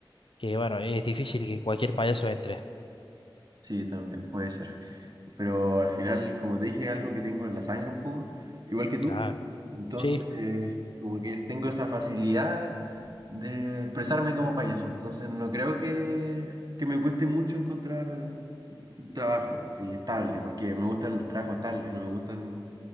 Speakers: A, on the left; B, on the right.
A: que, bueno, es difícil que cualquier payaso entre.
B: Sí, también puede ser. Pero al final, como te dije, es algo que tengo en la sangre un poco, igual que tú.
A: Claro,
B: Entonces,
A: sí,
B: eh, como que tengo esa facilidad de expresarme como payaso. Entonces, no creo que, que me cueste mucho encontrar un trabajo así estable, porque me gustan los trabajos estables, no me gustan